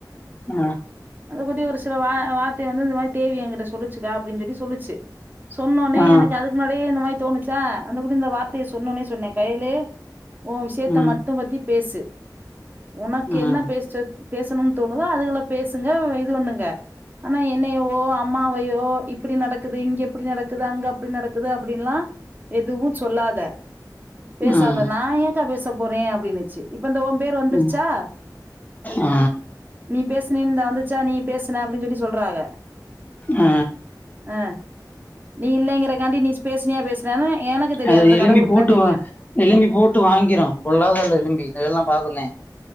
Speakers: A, on the left; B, on the right.
A: ஆ
B: அந்த குட்டி ஒரு சில வா வார்த்தை வந்து இந்த மாரி தேவி என்கிட்ட சொல்லிச்சிக்கா அப்டின்னு சொல்லி சொல்லிச்சி சொன்னோனே
A: ஆ
B: எனக்கு அது முன்னாடியே இந்த மாரி தோணுச்சா அந்த குட்டி இந்த வார்த்தையே சொன்னோனே சொன்ன கயலு உ விஷ் யத்த
A: ம்
B: மட்டு பத்தி பேசு உனக்கு
A: ம்
B: என்ன பேசுறது பேசணுனு தோணுதோ அதுகள பேசுங்க இது பண்ணுங்க ஆனா என்னையவோ அம்மாவையோ இப்டி நடக்குது இங்க இப்டி நடக்குது அங்க அப்டி நடக்குது அப்டின்லா எதுவு சொல்லாத பேசாத
A: ம்
B: நா ஏங்க்கா பேச போறே அப்டின்னுச்சி இப்ப இந்த ஓ பேரு வந்துருச்சா
A: ம் ஆ
B: நீ பேசுனினு இந்தா வந்துச்சா நீ பேசின அப்டின்னு சொல்லி சொல்றாங்க
A: அ
B: அ நீ இல்லைங்கறகாண்டி நீ பேசினியா பேசினியானு எனக்கு தெரியாது
A: அது
B: அந்த
A: எலும்பி
B: கடவுளுக்குதா
A: போட்டு
B: தெரியு
A: வா எலும்பி போட்டு வாங்கிரு பொல்லாத ஆளு எலும்பி இந்த வேலை எல்லா பாக்குந்தே